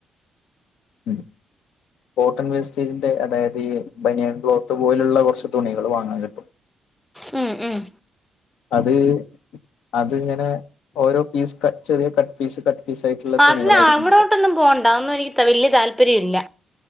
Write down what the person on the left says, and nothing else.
ഉം. കോട്ടൺ വേസ്റ്റേജിന്റെ അതായത് ഈ ബനിയൻ ക്ലോത്ത് പോലുള്ള കുറച്ച് തുണികൾ വാങ്ങാൻ കിട്ടും.
അത് അതിങ്ങനെ ഓരോ പീസ് കട്ട് ചെറിയ കട്ട് പീസ് കട്ട് പീസ് ആയിട്ടുള്ള
തുണികളായിരുന്നു